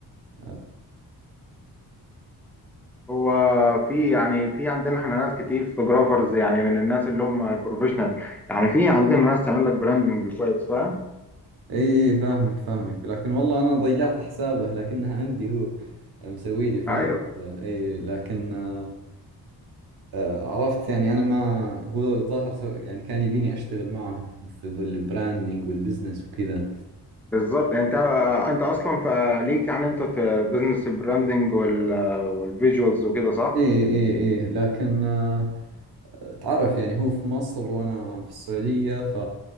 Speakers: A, on the right (about 65°); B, in the centre.
A: آه
B: هو في يعني في عندنا احنا ناس كتير فوتوغرافرز يعني من الناس اللي هم البروفيشنال يعني في عندنا ناس تعمل لك براندنج كويس فاهم
A: اي اي فاهمك فاهمك لكن والله انا ضيعت حسابه لكنها عندي هو مسوي لي فولو
B: ايوه
A: كذا اي لكن آه آه، عرفت يعني انا ما هو الظاهر سو- يعني كان يبيني اشتغل معه في البراندنج والبزنس وكذا
B: بالظبط يعني انت انت اصلا فليك يعني انت في بزنس البراندنج وال والفيجوالز وكده صح
A: إيه إيه إيه لكن آه، تعرف يعني هو في مصر وأنا في السعودية ف